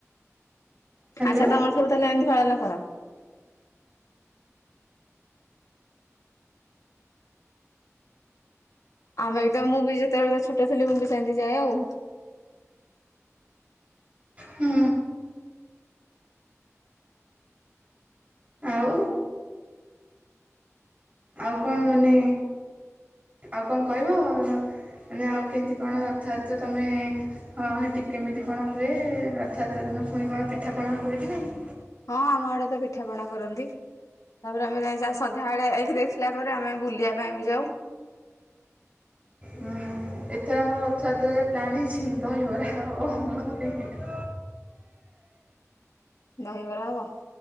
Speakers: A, on the right; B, on the left.
A: ହ୍ୟାଲୋ
B: ଆଚ୍ଛା ତମର ସବୁ ତାହଲେ ଏମିତି ପାଳନ କର। ଆମେ ବି ତ ମୁଁ ବି ଯେତେବେଳେ ଛୋଟ ଥିଲ ମୁଁ ବି ସେମିତି ଯାଏ ଆଉ।
A: ହୁଁ। ଆଉ। ଆଉ କଣ ମାନେ ଆଉ କଣ କହିବ? ମାନେ ଆଉ କେମିତି କଣ ଅର୍ଥାତ୍ ତମେ ହଁ ହେଠି କେମିତି କଣ ହୁଏ ରଥଯାତ୍ରା ଦିନ ପୁଣି କଣ ପିଠାପଣା ହୁଏ କି ନାହିଁ।
B: ହଁ ଆମ ଆଡେ ତ ପିଠାପଣା କରନ୍ତି। ତାପରେ ଆମେ ଯ ସନ୍ଧ୍ୟାବେଳେଏଠି ଦେଖିଲା ପରେ ଆମେ ବୁଲିବା ପାଇଁ ବି ଯାଉ।
A: ହୁଁ ଏଥର ଆମର ରଥଯାତ୍ରାରେ ପ୍ଲାନ୍ ହେଇଛି ଦହିବରାହବ।
B: ଦହିବରା ହବ।